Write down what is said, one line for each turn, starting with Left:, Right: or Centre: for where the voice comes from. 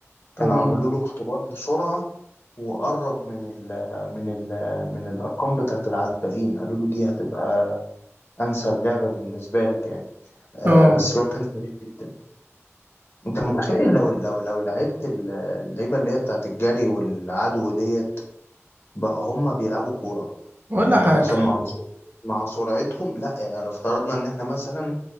Right: اه
Left: كانوا عملوا له اختبار بسرعة وقرب من ال من ال من الأرقام بتاعة العدائين قالوا له دي هتبقى أنسب لعبة بالنسبة لك يعني آه
Right: اه
Left: بس الواد كان سريع جدا أنت متخيل لو لو لو لعبت ال- اللعيبة اللي هي بتاعة الجري والعدو ديت بقى هما بيلعبوا كورة
Right: ولا
Left: يعني أنت
Right: حاجة
Left: متخيل مع مع سرعتهم لا يعني لو افترضنا إن إحنا مثلا